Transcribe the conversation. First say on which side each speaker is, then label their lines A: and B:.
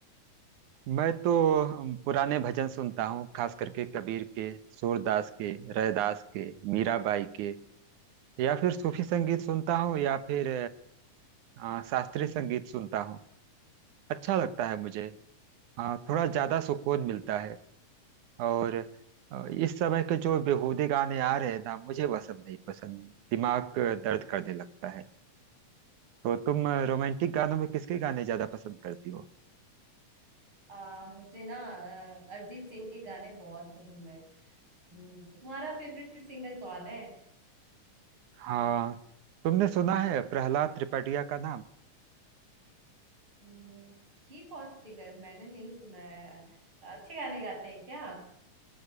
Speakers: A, on the right (about 70°); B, on the right (about 40°).
A: मैं तो अम, पुराने भजन सुनता हूँ खास करके कबीर के सूरदास के रैदास के मीराबाई के या फिर सूफी संगीत सुनता हूँ या फिर अ, शास्त्रीय संगीत सुनता हूँ अच्छा लगता है मुझे अ, थोड़ा ज्यादा सुकून मिलता है और अ, इस समय के जो बेहूदे गाने आ रहे हैं ना मुझे वह सब नहीं पसंद दिमाग अ, दर्द करने लगता है तो तुम अ, रोमांटिक गानों में किसके गाने ज्यादा पसंद करती हो
B: आ, मुझे ना अ, अरिजीत सिंह के गाने बहुत पसंद है हम्म, तुम्हारा फेवरेट सिंगर कौन है
A: हाँ तुमने सुना है प्रहलाद त्रिपाठिया का नाम
B: हम्म, ये कौन सा सिंगर है मैंने नहीं सुना है अच्छे गाने गाते हैं क्या